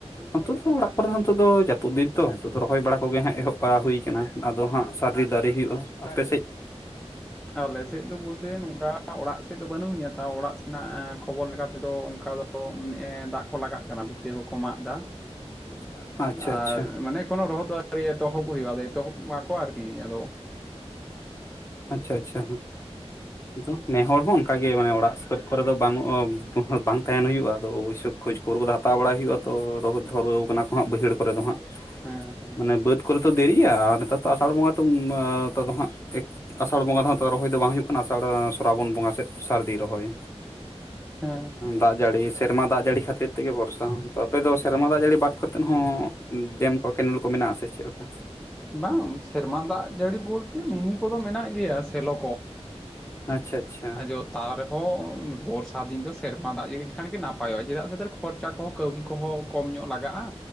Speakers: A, on the left; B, in the centre.
A: ᱱᱚᱛᱚᱜ ᱫᱚ ᱚᱲᱟᱜ ᱠᱚᱨᱮ ᱱᱤᱸᱛᱚᱜ ᱫᱚ ᱡᱟᱯᱩᱫ ᱫᱤᱱ ᱛᱚ ᱱᱤᱛ ᱫᱚ ᱨᱚᱦᱚᱭ ᱵᱟᱲᱟ ᱠᱚᱜᱮ ᱦᱟᱸᱜ ᱮᱦᱚᱵ ᱵᱟᱲᱟ ᱦᱩᱭ ᱠᱟᱱᱟ᱾ ᱟᱫᱚ ᱦᱟᱸᱜ ᱥᱟᱨᱫᱤ ᱫᱚᱨᱮ ᱦᱩᱭᱩᱜ-ᱟ, ᱟᱯᱮ ᱥᱮᱡ?
B: ᱟᱞᱮ ᱥᱮᱫ ᱫᱚ ᱵᱩᱞᱛᱮ ᱱᱩᱝᱠᱟ ᱚᱲᱟᱜ ᱥᱮᱫ ᱫᱚ ᱵᱟᱹᱱᱩᱜ-ᱧᱟ ᱛᱟᱣ ᱚᱲᱟᱜ ᱥᱮᱱᱟᱜ ᱠᱷᱚᱵᱚᱨ ᱞᱮᱠᱟ ᱛᱮᱫᱚ ᱚᱱᱠᱟ ᱫᱚᱼᱼ ᱮᱸ ᱫᱟᱜ ᱠᱚ ᱞᱟᱜᱟᱜ ᱠᱟᱱᱟ ᱵᱤᱛᱟᱹ ᱠᱚᱠᱚ ᱢᱟᱜ ᱫᱟ᱾
A: <unintelligible> ᱟᱪᱪᱷᱟ
B: ᱟᱨ
A: ᱟᱪᱪᱷᱟ
B: ᱢᱟᱱᱮ ᱠᱚᱱᱳ ᱨᱚᱦᱚ ᱫᱚ ᱟᱣᱨᱤ ᱮᱛᱚᱦᱚᱵ ᱦᱩᱭᱩᱜ-ᱟ, ᱟᱫᱚ ᱮᱛᱚᱦᱚᱵ ᱢᱟᱠᱚ ᱟᱨ ᱠᱤ ᱟᱫᱚᱼᱼ
A: ᱟᱪ ᱪᱷᱟ ᱟᱪᱷᱟ ᱦᱟᱸ᱾
B: ᱦᱩᱸ᱾
A: ᱫᱚ ᱱᱮᱦᱚᱨ ᱦᱚᱸ ᱚᱱᱠᱟ ᱜᱮ ᱢᱟᱱᱮ ᱚᱲᱟᱜ ᱥᱮᱫ ᱠᱚᱨᱮ ᱫᱚ ᱵᱟᱱᱩᱜ-ᱟ ᱚ ᱵᱚ ᱵᱟᱝ ᱛᱟᱦᱮᱱ ᱦᱩᱭᱩᱜ-ᱟ ᱟᱫᱚ ᱚᱵᱚᱥᱚᱭᱼ ᱠᱷᱚᱡ ᱠᱷᱚᱵᱚᱨ ᱠᱚᱫᱚ ᱦᱟᱛᱟᱣ ᱵᱟᱲᱟᱭ ᱦᱩᱭᱩᱜ-ᱟ ᱛᱚ ᱨᱚᱦᱩ ᱫᱷᱚᱨᱟᱹᱣ ᱠᱟᱱᱟ ᱠᱚ ᱦᱟᱸᱜ ᱵᱟᱹᱭᱦᱟᱹᱲ ᱠᱚᱨᱮ ᱫᱚ ᱦᱟᱸᱜᱼ
B: ᱦᱮᱸ ᱦᱮᱸ
A: ᱢᱟᱱᱮ ᱵᱟᱹᱛ ᱠᱚᱨᱮ ᱛᱚ ᱫᱮᱨᱤᱜ-ᱟ ᱟᱨ ᱱᱮᱛᱟᱨ ᱫᱚ ᱟᱥᱟᱲ ᱵᱚᱸᱜᱟ ᱛᱚ ᱩᱢ ᱢᱟ ᱱᱮᱛᱟᱨ ᱫᱚ ᱦᱟᱸᱜ ᱮᱠᱼ ᱟᱥᱟᱲ ᱵᱚᱸᱜᱟ ᱫᱚ ᱦᱟᱸᱜ ᱛᱚ ᱨᱚᱦᱚᱭ ᱫᱚ ᱵᱟᱝ ᱦᱩᱭᱩᱜ ᱠᱟᱱᱟ ᱟᱥᱟᱲ ᱥᱟᱨᱟᱵᱚᱬ ᱵᱚᱸᱜᱟ ᱥᱮᱫ ᱥᱟᱨᱫᱤ ᱨᱚᱦᱚᱭ᱾
B: ᱦᱮᱸ᱾
A: ᱫᱟᱜ ᱡᱟᱲᱤ ᱥᱮᱨᱢᱟ ᱫᱟᱜ ᱡᱟᱲᱤ ᱠᱷᱟᱹᱛᱤᱨ ᱛᱮᱜᱮ ᱵᱷᱚᱨᱥᱟ ᱦᱚᱸ ᱟᱯᱮ ᱫᱚ ᱥᱮᱨᱢᱟ ᱫᱟᱜ ᱡᱟᱹᱲᱤ ᱵᱟᱫ ᱠᱟᱛᱮᱫ ᱦᱚᱸᱼᱼ ᱰᱮᱢ ᱠᱚ ᱠᱮᱱᱮᱞ ᱠᱚ ᱢᱮᱱᱟᱜ- ᱟ ᱥᱮ ᱪᱮᱫ ᱞᱮᱠᱟ?
B: ᱵᱟᱝ ᱥᱮᱨᱢᱟ ᱫᱟᱜ ᱡᱟᱲᱤ ᱵᱩᱞᱛᱮ ᱢᱤᱱᱤ ᱠᱚ ᱫᱚ ᱢᱮᱱᱟᱜ ᱜᱮᱭᱟ ᱥᱮᱞᱚ ᱠᱚ᱾
A: ᱟᱪᱪᱷᱟ ᱟᱪᱪᱷᱟ᱾
B: ᱟᱫᱚ ᱛᱟᱣ ᱨᱮᱦᱚᱸ ᱚᱸ ᱵᱚᱨᱥᱟ ᱫᱤᱱ ᱫᱚ ᱥᱮᱨᱢᱟ ᱫᱟᱜ ᱡᱟᱹᱲᱤ ᱞᱮᱠᱷᱟᱱ ᱜᱮ ᱱᱟᱯᱟᱭᱚᱜ-ᱟ ᱪᱮᱫᱟᱜ ᱥᱮ ᱛᱮᱨ ᱠᱷᱚᱨᱪᱼᱼ ᱠᱷᱚᱨᱪᱟ ᱠᱚᱦᱚᱸ ᱠᱟᱹᱣᱰᱤ ᱠᱚᱦᱚᱸ ᱠᱚᱢ ᱧᱚᱜ ᱞᱟᱜᱟᱜ-ᱟ᱾